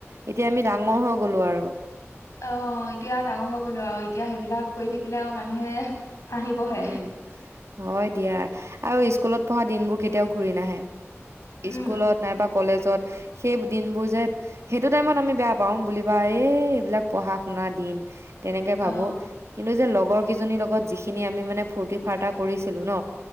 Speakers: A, on the right; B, on the left.
A: এতিয়া আমি ডাঙৰ হৈ গ'লো আৰু।
B: অ এতিয়া ডাঙৰ হৈ গলো আৰু এতিয়া সেইবিলাক কৰি থাকিলে আৰু মানুহে। হাঁহিবহে
A: উম। হয় দিয়া আৰু স্কুলত পঢ়া দিনবোৰ কেতিয়াও ঘূৰি নাহে।
B: উম
A: স্কুলত নাইবা। কলেজত সেই দিনবোৰ যে সেইটো টাইমত আমি বেয়া পাওঁও বুলিবা এই এইবিলাক পঢ়া শুনা দিন। তেনেকে
B: অ
A: ভাবো কিন্তু যে লগ। লগৰ কেইজনীৰ লগত যি। খিনি আমি মানে ফূুৰ্ত ফাৰ্ত কৰিছিলো ন।